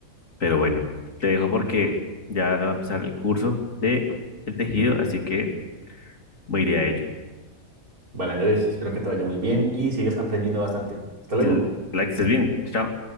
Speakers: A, on the left (about 60°); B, on the right (about 85°).
A: pero bueno, te dejo porque ya va a empezar el curso de el tejido, así que me iré a ello.
B: Vale, Andrés, espero que te vaya muy bien y sigas aprendiendo bastante. Hasta luego.
A: Que la estés bien. Chao.